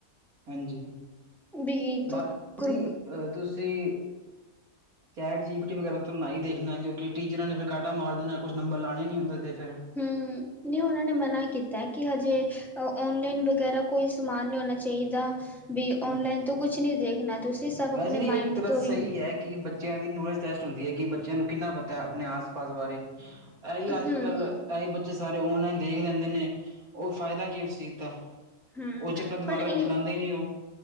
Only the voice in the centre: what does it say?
ਵੀ
ਕੁਰ
<inaudible>
ਹੂੰਮ ਨਹੀਂ ਉਹਨਾਂ ਨੇ ਮਨਾ ਕੀਤਾ ਕਿ ਹਜੇ ਔਨਲਾਈਨ ਵਗੈਰਾ ਕੋਈ ਸਮਾਨ ਨਹੀਂ ਹੋਣਾ ਚਾਹੀਦਾ ਵੀ
ਔਨਲਾਈਨ ਤੋਂ ਕੁਛ ਨਹੀਂ ਦੇਖਣਾ ਤੁਸੀਂ ਸਭ
ਆਪਣੇ
ਮਾਇੰਡ
ਤੋਂ
ਯੂ
ਹੂੰ,
ਹੂੰ
ਬਟ ਇਨ